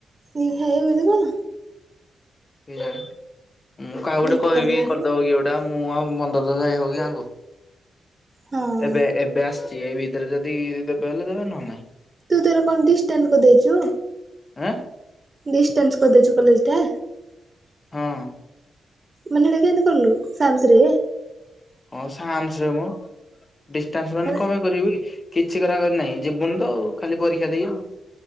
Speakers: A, on the right; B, on the left.
A: ନିହାର ମିଳିବ ନା?
B: କିଇ ଜାଣି ମୁଁ କାହାକୁ ଗୋଟେ
A: ମେଣ୍ଟାଲ
B: କହିବି
A: ହେଇଗଲାଣି।
B: କରିଦବ କିଏ ଗୋ ତା ମୁଁ ଆଉ ମନ୍ଦ ଦ ଯାଇ ହବ କି ଗାଁକୁ
A: ହଁ
B: ଏବେ ଏବେ ଆସ୍ ତି ଏଇ ଭିତରେ ଯଦି ଦେବେ ହେଲେ ଦେବେ ନ ନାଇଁ।
A: ତୁ ତୋର କଣ ଡିଷ୍ଟାଣ୍ଟ୍ କରଦେଇଚୁ?
B: ଆଁ
A: ଡିଷ୍ଟାନ୍ସ କର ଦେଇଚୁ କଲେଜ୍ ଟା?
B: ହଁ।
A: ମାନେ ହେଟା କେନ୍ତି କଲୁ ସାମସରେ?
B: ହଁ ସାମସରେ ନୁହଁ। ଡିଷ୍ଟାନ୍ସର ହେନେ
A: ମାନେ
B: କମାଇ କରିବି? କିଛି କରା କରି ନାହିଁ ଯିବୁନି ତ ଆଉ ଖାଲି ପରୀକ୍ଷା ଦେଇ